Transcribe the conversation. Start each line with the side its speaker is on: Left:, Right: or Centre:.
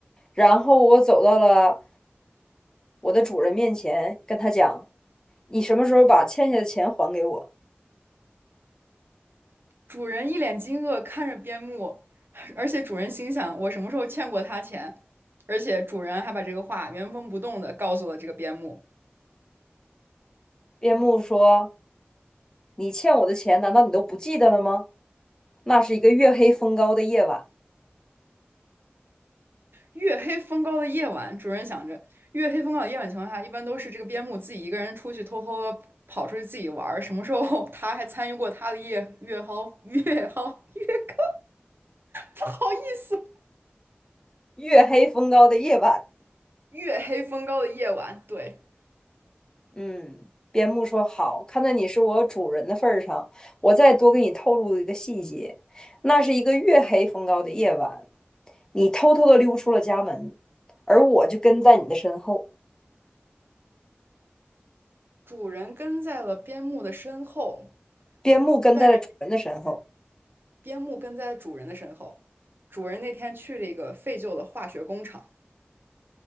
Left: 然后我走到了我的主人面前，跟他讲：“你什么时候把欠下的钱还给我？”
Right: 主人一脸惊愕看着边牧，<laughs> 而且主人心想：我什么时候欠过他钱？而且主人还把这个话原封不动的告诉了这个边牧。
Left: 边牧说：“你欠我的钱，难道你都不记得了吗？”那是一个月黑风高的夜晚，
Right: 月黑风高的夜晚，主人想着，月黑风高的夜晚情况下，一般都是这个边牧自己一个人出去偷偷地跑出去自己玩儿。什么时候 <laughs> 他还参与过他的夜月蒿月蒿月高？<laughs> 不好意思，
Left: 月黑风高的夜晚。
Right: 月黑风高的夜晚，对，
Left: 嗯，边牧说好，看在你是我主人的份儿上，我再多给你透露一个细节。那是一个月黑风高的夜晚，你偷偷的溜出了家门，而我就跟在你的身后。
Right: 主人跟在了边牧的身后，
Left: 边牧跟在了主人的身后。
Right: 但是边牧跟在主人的身后。主人那天去了一个废旧的化学工厂，